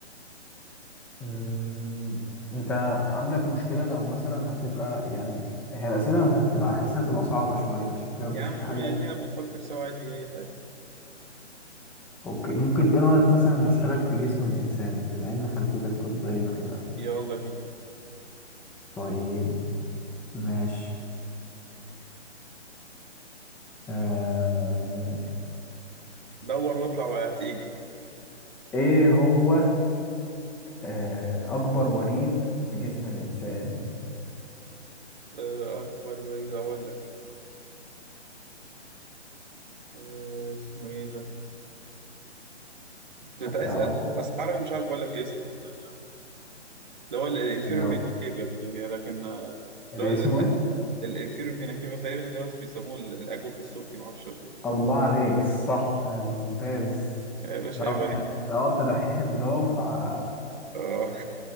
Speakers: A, in the centre; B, on the right.
A: مم، انت عندك مشكلة لو مثلا هتبقى يعني هي الأسئلة هتبقى حاسة هتبقى صعبة شوية عشان كده بشوف
B: يا عم
A: حاجة
B: يا دي انا بفكر سوا عادي اي حاجه
A: اوكي ممكن ايه رأيك مثلا اسألك في جسم الانسان بما ان خلفيتك طبية كده
B: يلا بينا
A: طيب ماشي آه...
B: دور واطلع وهتيجي
A: ايه هو آه... اكبر وريد في جسم الانسان
B: آه اكبر وليد اقول لك آه اسمه ايه ده كنت كنت
A: هتعرفه
B: عايز أ- بس عربي مش عارف اقول لك إيه اسمه آه، اللي هو الانفيرو
A: الله
B: فينتيفا يعني لكن آه،
A: ده
B: اللي هو
A: اسمه ايه
B: الانفيرور فينا كيفا تقريبا اللي هو بيسموه ال- الاجوف السفلي ما اعرفش ال-
A: الله عليك صح آه، ممتاز
B: يا باشا
A: ده
B: عيب
A: واضح
B: عليك
A: ان انت اه تدحيح الدفعة
B: اه